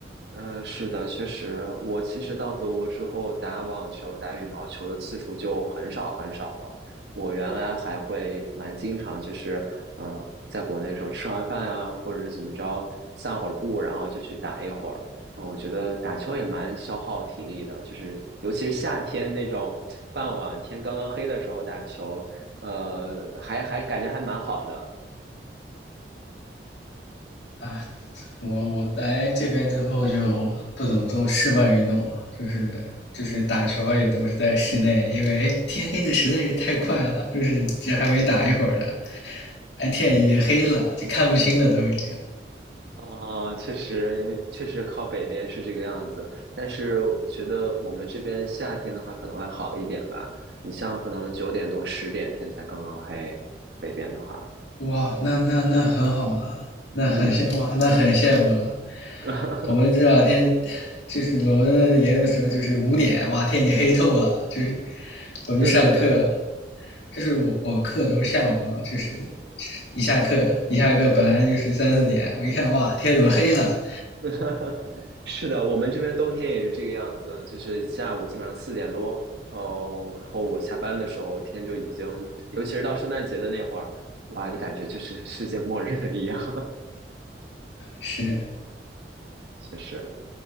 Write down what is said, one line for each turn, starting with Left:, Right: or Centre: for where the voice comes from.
Right: 嗯，是的，确实，我其实到德国之后，打网球、打羽毛球的次数就很少很少了。我原来还会蛮经常，就是嗯、呃在国内的时候吃完饭啊，或者是怎么着，散会儿步，然后就去打一会儿。嗯，我觉得打球也蛮消耗体力的，就是尤其是夏天那种傍晚天刚刚黑的时候打球，呃，还还感觉还蛮好的。
Left: 啊。我我来这边之后就不怎么做室外运动了，就是就是打球也都是在室内，因为天黑的实在是太快了，就是这还没打一会儿呢，哎天已经黑了，就看不清了都已经。
Right: 啊、确实，确实靠北边是这个样子，但是我觉得我们这边夏天的话可能会好一点吧。你像可能九点多、十点天才刚刚黑，北边的话，
Left: 哇，那那那很好了，那很羡哇，
Right: 嗯，
Left: 那很羡慕了。
Right: <laughs>
Left: 我们这两天就是我们研究的时候，就是五点，哇，天已经黑透了，就是我们去上课，
Right: 对对对，
Left: 就是我我课都是下午嘛，就是一下课一下课本来就是三四点，我一看哇，天怎么黑了？
Right: <laughs> 是的，我们这边冬天也是这个样子，就是下午基本上四点多，哦，然后我下班的时候天就已经，尤其是到圣诞节的那会儿，哇，你感觉就是世界末日了一样，
Left: 是，
Right: <laughs> 确实。